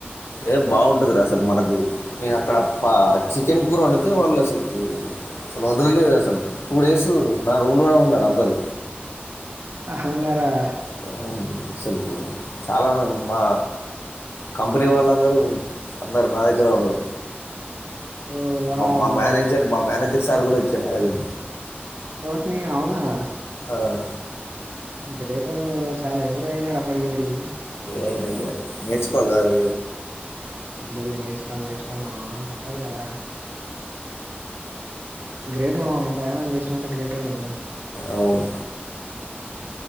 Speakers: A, on the left; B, on the right.
A: ఏ బాగుంటదిరా అసలు మనకు నేను అక్కడ పా వచ్చి చక్కెన్ కూూర వండితే వాళ్ళు అసలుకి అసలు వదలలేదు అసలుకి టూ డేస్ నా రూలునే ఉన్నారు అందరూ
B: అవునారా
A: హు అసలుకి చాలా మంది మా కంపెనీ వాళ్ళందరూ అందర నా దగ్గర ఉన్నారు
B: ఓహ్! వావ్!
A: మా మా మేనేజర్ మా మేనేజర్ సార్ కూడా చిన్నది
B: ఓరిని అవునా
A: ఆ,
B: ఇంత గ్రేట్ రా నువ్వు చాలా ఎంప్రూవ్ అయినరు అప్పటికి ఇప్పటికి
A: ఏ నేర్చుకోవాలి కదరా
B: జల్ది నేర్చుకోవాలి నేర్చుకోవలి మామ తప్పదు కదరా గ్రేట్ మామ ఎంతగానం చేసినవు అంటే గ్రేట్ ట్
A: అవును